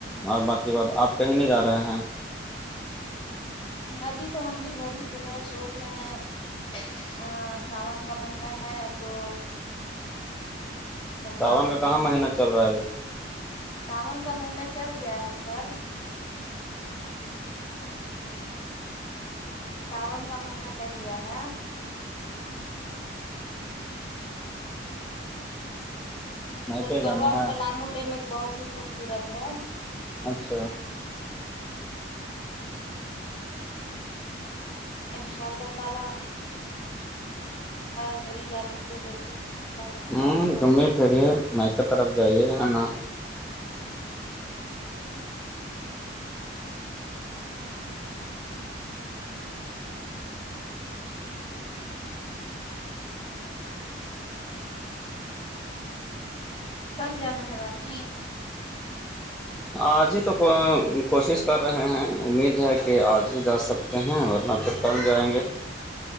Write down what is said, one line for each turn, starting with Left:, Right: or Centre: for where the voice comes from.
Centre: اور باقی بات آپ کہیں نہیں جا رہے ہیں
Left: ابھی تو ہم بھی گھر ہی پہ ہیں سوچ رہے ہیں ا ساون کا مہینہ ہے تو ست
Centre: ساون
Left: برو
Centre: کا
Left: ڈیم
Centre: کہاں مہینہ
Left: ہے
Centre: چل رہا ابھی
Left: سون کا مہینہ چڑھ گیا ہے سر
Centre: اچھا
Left: ساون کا مہینہ چڑھ گیا ہے
Centre: میکے
Left: ستبروا
Centre: جانا ہے
Left: پلامو ڈیم ایک بہت ہی خوبصورت ہے
Centre: اچھا
Left: ہوں انشاءاللہ تعالی ادھر ہی جانے کے لیے دیکھتے ہیں اللہ اگر
Centre: ہوں
Left: پلاننگ
Centre: گھوم
Left: بنتی ہے
Centre: پریے م کی طرف جائیے ہے نا
Left: ہوں اور بتائیے کل جانا ہے رانچی
Centre: آج ہی تو کوشش کر رہے ہیں امید ہے کہ کہ آج ہی جا سکتے ہیں ورنہ تو کل جائیں گے